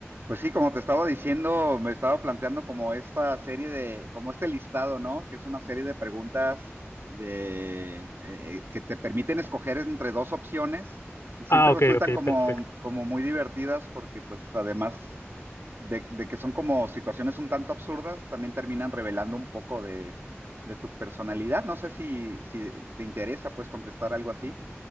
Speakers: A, on the right; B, on the left.
A: Pues sí, como te estaba diciendo, me estaba planteando como esta serie de, como este listado, ¿no? Que es una serie de preguntas de, eh, que te permiten escoger entre dos opciones y siempre
B: Ah, ok,
A: resultan
B: ok,
A: como,
B: perfecto.
A: como muy divertidas porque pues además de, de que son como situaciones un tanto absurdas, también terminan revelando un poco de, de tu personalidad. No sé si, si te interesa pues contestar algo así.